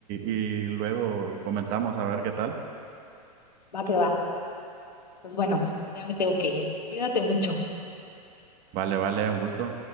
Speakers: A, on the right; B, on the left.
A: y luego comentamos a ver qué tal.
B: Va que va. Pues bueno, ya me tengo que ir. Cuídate mucho.
A: Vale, vale, un gusto.